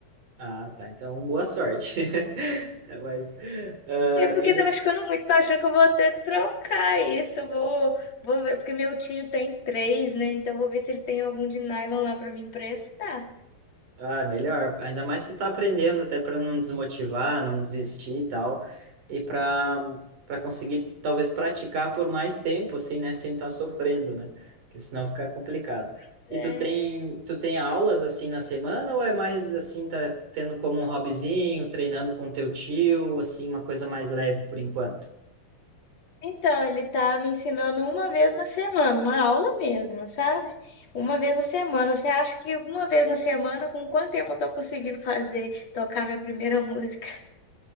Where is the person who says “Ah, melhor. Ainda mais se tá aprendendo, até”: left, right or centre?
Right